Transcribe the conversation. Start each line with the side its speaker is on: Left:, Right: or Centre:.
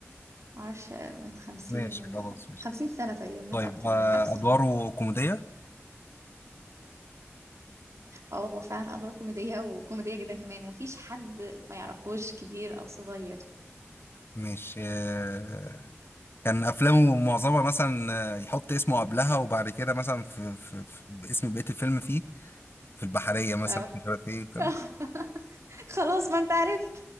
Right: معرفش من خمسين
Left: ماشي
Right: ولا
Left: خلاص ماشي
Right: خمسين سنة تقريبا مات
Left: طيب
Right: أكتر
Left: آه
Right: من خمسين
Left: ادواره كوميديه
Right: اه هو فعلا أدواره كوميدية وكوميدية جدا كمان ومفيش حد ما يعرفوش كبير أو صغير
Left: ماشي آه، كان افلامه معظمها مثلا آه، يحط اسمه قبلها وبعد كده مثلا في, في, في باسم بقيه الفيلم فيه في البحريه مثلا
Right: اه
Left: مش عارف ايه وكام
Right: <laughs> خلاص ما انت عرفت